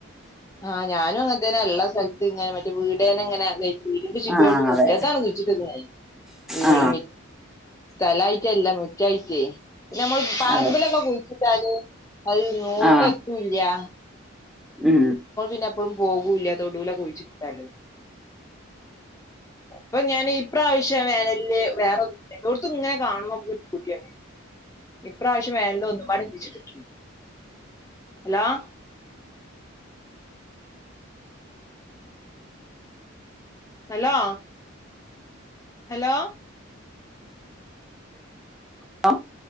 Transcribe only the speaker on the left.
ആ ഞാനും അങ്ങൻത്തനെ ഇള്ള സ്ഥലത്ത് ഇങ്ങനെ മറ്റേ വീടേനങ്ങനെ ഗൈ വീടിന്റെ ചുറ്റോട്ട്
മുറ്റത്താണ്
കുഴിച്ചിട്ടത് ഞാൻ വ്
മിറ്റ് സ്ഥലായ്ട്ടല്ല മിറ്റായിട്ട് ഞമ്മൾ പറമ്പിലൊക്കെ
കുഴിച്ചിട്ടാല് അത് നോട്ട
എത്തൂല്ല്യ
പിന്നെ എപ്പഴും പോകൂല്ലതൊടൂല് കുഴിച്ചിട്ടാല് അപ്പൊ ഞാന് ഇപ്രാവശ്യം വേനൽന് വേറൊ എല്ലോട്ത്തുംഇങ്ങനെ കാണുമ്പ നമ്മുക്ക് ഒരു പൂതിയാണ് ഇപ്രാവശ്യം വേനൽന് ഒന്നുംപാടെ കുഴിച്ചിട്ടുണ്ട് ഹലോ ഹലോ ഹലോ